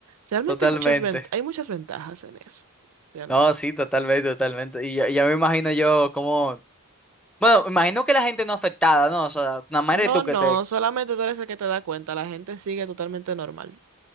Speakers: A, on the right; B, in the centre.
A: Realmente
B: Totalmente.
A: hay muchas ven- hay muchas ventajas en eso, realmente.
B: No, sí, totalmente, totalmente. Y ya, ya me imagino yo como... Bueno, imagino que la gente no afectada, ¿no? O sea, nada más
A: No,
B: eres tú
A: no,
B: que te...
A: solamente tú eres el que te da cuenta, la gente sigue totalmente normal.